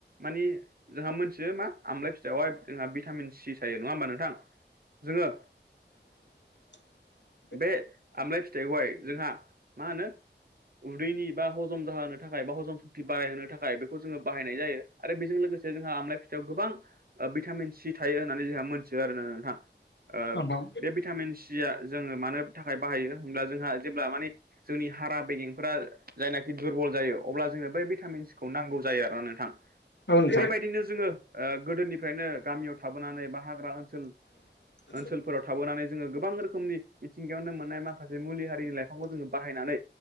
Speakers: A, on the right; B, on the left.
A: मानि जोंहा मोनथियो मा आमलाय फि थायावहाय जोंहा भिटामिन सि थायो नङा होमबा नोंथां? जोङो
B: <unintelligible>
A: बे आमलाय फिथाइखौहाय जोंहा मा होनो उदैनि बा हजम जाहोनो नि थाखाय बाहजन सक्ति बारायहोनो थाखाय बेखौ जोङो बाहायनाय जायो आरो बेजों लोगोसे जोंहा आमलाइ फिथाइयाव गोबां ओ-भिटामिन सि थायो होननानै जोंहा मोनथियो आरोना नोंथां ओ-बे
B: औ नोंथां
A: भिटामिन सिया जोङो मानो थाखाय बाहायो होमब्ला जोंहा जेब्ला माने जोंनि हारा बेगें फोर जायनाखि दुरबल जायो अब्ला जोङो बेै भिटामिनखौ नांगौ जायो आरोना नोंथां।
B: औ नोंथां
A: बेबायदिनो जोङो ओ-गोदोनिफ्रायनो गामियाव थाबोनानै बा हाग्रा ओनसोल।
B: <unintelligible>
A: ओनसोलफोराव थाबोनानै जोङो गोबां रोखोमनि मिथिंगायावनो मोननाय माखासे मुलि हारिनि लाइफांखौ जोङो बाहायनानै